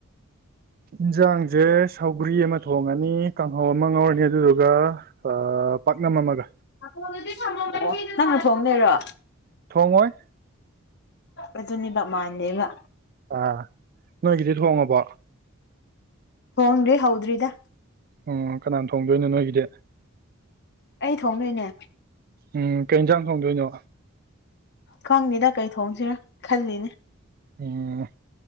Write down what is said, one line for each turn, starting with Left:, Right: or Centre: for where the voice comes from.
Right: ꯏꯟꯁꯥꯡꯁꯦ ꯁꯧꯒ꯭ꯔꯤ ꯑꯃ ꯊꯣꯡꯉꯅꯤ ꯀꯥꯡꯍꯧ ꯑꯃ ꯉꯧꯔꯅꯤ ꯑꯗꯨꯗꯨꯒ ꯑꯥ ꯄꯥꯛꯅꯝ ꯑꯃꯒ
Left: ꯑꯣ ꯅꯪꯅ ꯊꯣꯡꯗꯣꯏꯔꯣ
Right: ꯊꯣꯡꯉꯣꯏ
Left: ꯑꯗꯨꯅꯦꯕ ꯃꯥꯟꯗꯦꯕ
Right: ꯑꯥ ꯅꯣꯏꯒꯤꯗꯤ ꯊꯣꯡꯉꯥꯕꯣ
Left: ꯊꯣꯡꯗ꯭ꯉꯔꯤ ꯍꯧꯗ꯭ꯔꯤꯗ
Right: ꯑꯣ ꯀꯅꯥ ꯊꯣꯡꯗꯣꯏꯅꯣ ꯅꯣꯏꯒꯤꯗꯤ
Left: ꯑꯩ ꯊꯣꯡꯗꯣꯏꯅꯦ
Right: ꯎꯝ ꯀꯩ ꯏꯟꯁꯥꯡ ꯊꯣꯡꯗꯣꯏꯅꯣ
Left: ꯈꯪꯗꯦꯗ ꯀꯩ ꯊꯣꯡꯁꯤꯔ ꯈꯜꯂꯤꯅꯦ
Right: ꯎꯝ